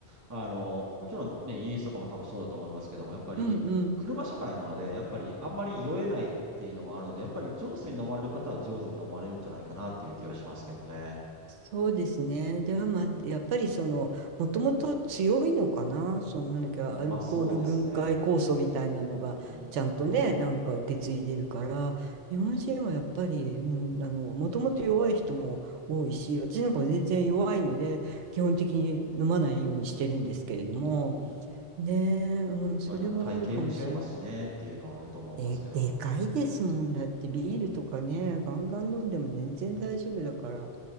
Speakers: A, on the right; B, on the right.
A: あの、もちろんね、イギリスとかも多分そうだと思いますけども、やっぱり車社会なので、
B: うん、うん。
A: やっぱりあんまり酔えないっていうのもあるので、やっぱり上手に飲まれる方は上手に飲まれるんじゃないかなっていう気はしますけどね。
B: そうですね。では、
A: うん。
B: まあ、やっぱりその、もともと強いのかな、そのなんだっけ、アルコール分解酵素みたいなのが、
A: うんまあそうですね。うん。
B: ちゃんとね、なんか受け継いでるから、日本人はやっぱり、うん、あの、もともと弱い人も多いし、
A: うん。
B: 私なんかも全然弱いので、基本的に飲まないようにしてるんですけれども、
A: うん。
B: ねえ、うん、それはあるかもしれない。
A: まあでも体型も違いますしねっていうのはあると思いますけど。
B: で、でかいですもんだって、
A: うん。
B: ビールとかね、ガンガン飲んでも全然大丈夫だから、